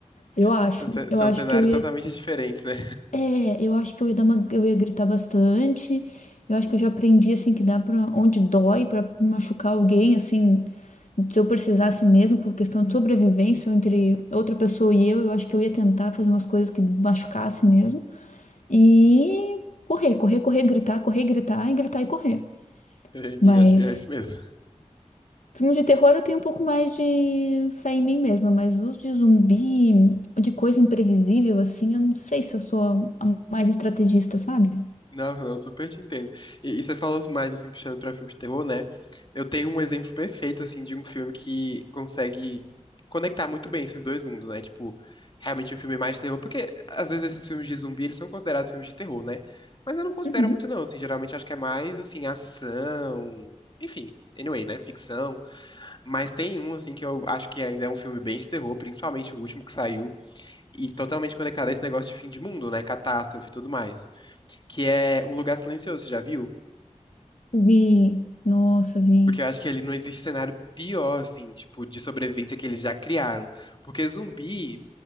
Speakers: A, on the left; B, on the left.
A: Eu acho.
B: São, ce-
A: Eu
B: são
A: acho
B: cenários
A: que eu ia
B: totalmente diferentes, né?
A: é, eu acho que eu ia dar uma, eu ia gritar bastante. Eu acho que eu já aprendi assim que dá para onde dói para machucar alguém, assim, se eu precisasse mesmo por questão de sobrevivência entre outra pessoa e eu, eu acho que eu ia tentar fazer umas coisas que machucasse mesmo e correr, correr, correr, gritar, correr, gritar e gritar e correr.
B: <laughs> E
A: Mas
B: Acho que é isso mesmo.
A: filme de terror eu tenho um pouco mais de fé em mim mesma, mas os de zumbi, de coisa imprevisível assim, eu não sei se eu sou a a mais estrategista, sabe?
B: Nossa, eu super te entendo. E, e você falou mais, assim, puxando pra filme de terror, né? Eu tenho um exemplo perfeito, assim, de um filme que consegue conectar muito bem esses dois mundos, né? Tipo, realmente um filme mais de terror, porque às vezes esses filmes de zumbi, eles são considerados filmes de terror, né? Mas eu não considero
A: Uhum.
B: muito, não, assim, geralmente acho que é mais, assim, ação, enfim, anyway, né? Ficção. Mas tem um, assim, que eu acho que ainda é um filme bem de terror, principalmente o último que saiu, e totalmente conectado a esse negócio de fim de mundo, né? Catástrofe e tudo mais que é Um Lugar Silencioso, já viu?
A: Vi, nossa, vi.
B: Porque eu acho que ali não existe cenário pior, assim, tipo, de sobrevivência que eles já criaram. Porque zumbi